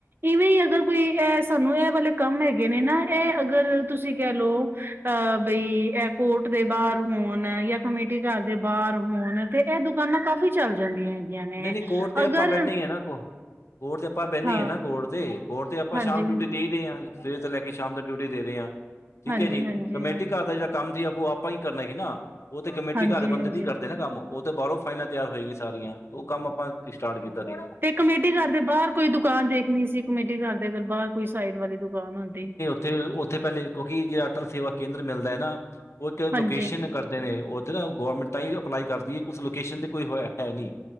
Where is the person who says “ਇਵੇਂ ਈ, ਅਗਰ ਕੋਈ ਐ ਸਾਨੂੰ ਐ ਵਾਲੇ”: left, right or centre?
Right